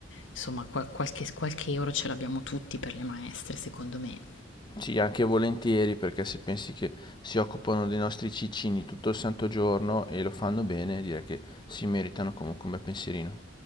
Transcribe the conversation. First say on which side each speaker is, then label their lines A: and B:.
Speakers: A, on the left (about 85°); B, on the left (about 25°).
A: insomma qual- qualche, qualche euro ce l'abbiamo tutti per le maestre, secondo me.
B: Sì, anche volentieri, perché se pensi che si occupano dei nostri ciccini tutto il santo giorno e lo fanno bene, direi che si meritano comunque un bel pensierino.